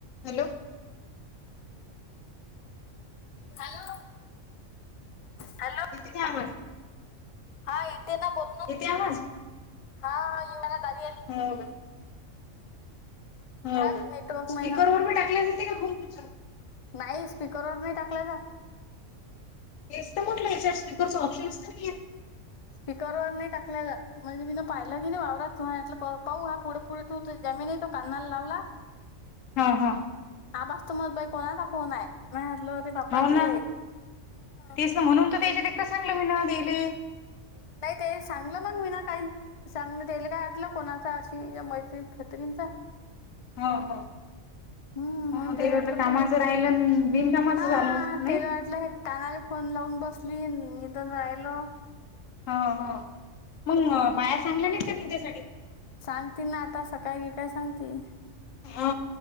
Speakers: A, on the left; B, on the left.
A: Hello,
B: hello, hello,
A: <unintelligible>
B: हा येते ना, बोल्ल
A: येते आवाज?
B: हा, इव <unintelligible>
A: <unintelligible> होव
B: घरात
A: का,
B: नेटवर्क नाही
A: स्पीकर
B: ना
A: वर बी टाकल्या जाते का खूप दिवसात
B: नाही, स्पीकरवर नाही टाकला जात.
A: हेच तर म्हटलं याच्यास स्पिकरचं ऑप्शन्स नाहीयेत.
B: स्पीकरवर नाही टाकला जात. म्हणजे मी ना पाहिलं बी नाही वावरात, तू <unintelligible> पाऊ हा पुढे पुढे तू जमी नाही तो कान्नाला लावला
A: हं हं.
B: आबास तो मग बाई कोणाचा फोन आहे, मी मटलो रे बाप्पा
A: हो
B: ते
A: ना
B: <unintelligible>
A: तेच म्हणून त त्याच्यातं सांगलं मी ना देले
B: नाही ते सांगलं मंग मी नं, काइन सांगन तेलं काय वाटलं, कोणाचा अशी या मैत्रीण फत्रींनचा
A: हो हो.
B: हम्म म्हणून
A: हा
B: त्याला
A: तेला वाटलं, कामाचं
B: बोलू
A: राहिलं अन बिनकामाचं
B: हा
A: झालंच, नाही?
B: त्याला वाटलं हे कानाला फोन लावून बसलीन, निदुन राहिलो.
A: हं हं, मंग बाया सांगल्या नाहीत का निंदायसाठी?
B: सांगते ना आता, सकाळी गी काय सांगतेऽ
A: हा